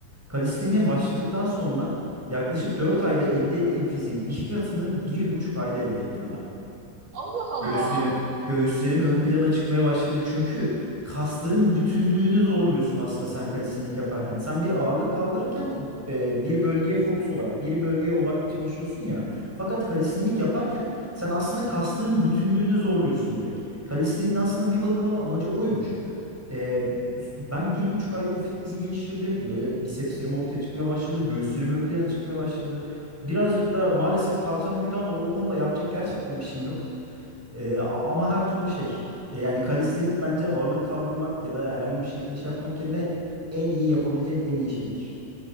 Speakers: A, in the centre; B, on the right.
A: Kalisteniğe
B: Hı hı.
A: başladıktan sonra Yaklaşık 4 ayda elde ettiğim fiziğin iki katını bir buçuk ayda elde ettim ben.
B: Allah
A: Göğüslerim,
B: Allah.
A: göğüslerim ön plana çıkmaya başladı. Çünkü kasların bütünlüğünü zorluyorsun aslında sen kalistenilik yaparken. Sen bir ağırlık kaldırırken e, bir bölgeye fokus olarak, bir bölgeye odaklı çalışıyorsun ya. Fakat kalistenik yaparken sen aslında kasların bütünlüğünü zorluyorsun direkt. Kalisteniğin aslında bir bakıma da amacı oymuş. E, ben bir buçuk ayda o fiziği geliştirdim. Böyle bisepslerim ortaya çıkmaya başladı. Göğüslerim ön plana çıkmaya başladı. Birazcık da maalesef kalçam büyüdü ama o konuda yapacak gerçekten bir şeyim yok. Ee, a- ama her türlü şey. E, yani kalistenik bence ağırlık kaldırmak ya da herhangi bir şekilde şey yapmak yerine en iyi yapabileceğin en iyi şeydir.